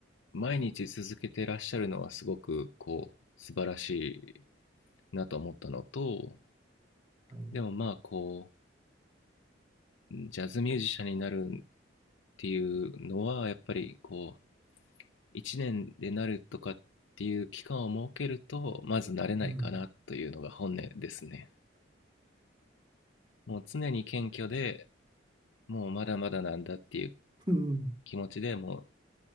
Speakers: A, on the left; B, on the right.
A: 毎日続けてらっしゃるのはすごく、こう、素晴らしいなと思ったのと、
B: い。
A: でもまあ、こう、ジャズミュージシャンになるっていうのは、やっぱり、こう、1年でなるとかっていう期間を設けると、まずなれないかなというのが本音ですね。
B: うん。
A: もう常に謙虚で、もうまだまだなんだっていう
B: うん
A: 気持ちでもう